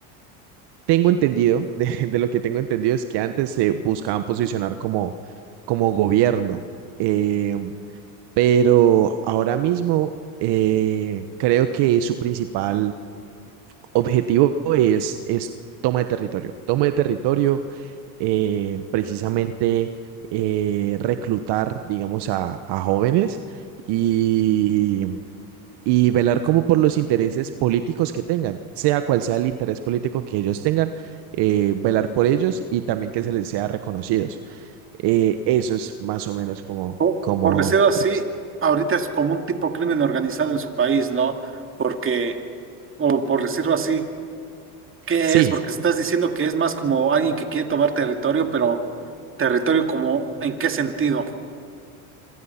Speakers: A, on the right (about 60°); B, on the right (about 25°).
A: tengo entendido, <laughs> de, de lo que tengo entendido es que antes se buscaban posicionar como, como gobierno, eh, pero ahora mismo eh, creo que su principal objetivo es, es toma de territorio. Toma de territorio, eh, precisamente eh, reclutar, digamos, a, a jóvenes y, y velar como por los intereses políticos que tengan, sea cual sea el interés político que ellos tengan, eh, velar por ellos y también que se les sea reconocidos. Eh, eso es más o menos como,
B: O-
A: como,
B: por decirlo así, ahorita es como un tipo crimen organizado en su país, ¿no? Porque, o por decirlo así, ¿Qué
A: sí,
B: es? Porque estás diciendo que es más como alguien que quiere tomar territorio, pero territorio como, ¿en qué sentido?